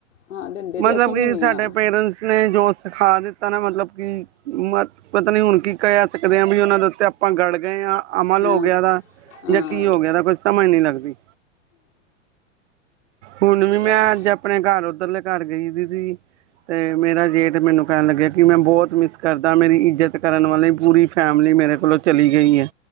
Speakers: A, on the left (about 85°); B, on the right (about 65°).
A: ਹਾਂ ਦਿੰਦੇ
B: ਮਤਲਬ
A: ਤੇ ਅਸੀਂ
B: ਕਿ
A: ਵੀ ਨਹੀਂ
B: ਸਾਡੇ
A: ਆ
B: ਪੇਰੈਂਟਸ ਨੇ ਜੋ ਸਿਖਾ ਦਿੱਤਾ ਨਾ ਮਤਲਬ ਕਿ ਮ ਪਤਾ ਨੀ ਹੁਣ ਕੀ ਕਹਿ ਸਕਦੇ ਹਾਂ ਵੀ ਉਹਨਾਂ ਦੇ ਉੱਤੇ ਆਪਾਂ ਗੜ ਗਏ ਹਾਂ। ਅਮਲ
A: ਹਾਂ
B: ਹੋ ਗਿਆ ਦਾ
A: ਹਾਂ
B: ਜਾਂ ਕੀ ਹੋ ਗਿਆ ਦਾ ਕੋਈ ਸਮਝ ਨੀ ਲੱਗਦੀ। ਹੁਣ ਵੀ ਮੈਂ
A: ਚਲੋ
B: ਅੱਜ ਆਪਣੇ ਘਰ ਉੱਧਰਲੇ ਘਰ ਗਈ ਸੀ ਸੀ ਤੇ ਮੇਰਾ ਜੇਠ ਮੈਨੂੰ ਕਹਿਣ ਲੱਗਿਆ ਕਿ ਮੈਂ ਬਹੁਤ ਮਿਸ ਕਰਦਾ ਮੇਰੀ ਇੱਜਤ ਕਰਨ ਵਾਲੀ ਪੂਰੀ ਫੈਮਿਲੀ ਮੇਰੇ ਕੋਲੋਂ ਚਲੀ ਗਈ ਹੈ।